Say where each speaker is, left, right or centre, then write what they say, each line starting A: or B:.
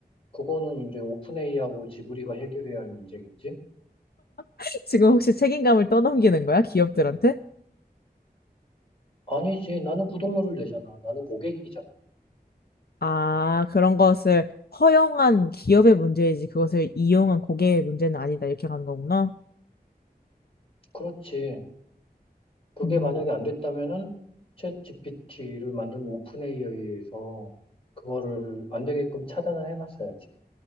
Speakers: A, on the left; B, on the left.
A: 그거는 이제 오픈AI하고 지브리가 해결해야 할 문제겠지?
B: <laughs> 지금 혹시 책임감을 떠넘기는 거야, 기업들한테?
A: 아니지. 나는 구독료를 내잖아. 나는 고객이잖아.
B: 아, 그런 것을 허용한 기업의 문제이지 그것을 이용한 고객의 문제는 아니다. 이렇게 가는 거구나.
A: 그렇지. 그게
B: 음,
A: 만약에 안 됐다면은 챗 GPT를 만든 오픈 AI에서 그거를 안 되게끔 차단을 해놨어야지.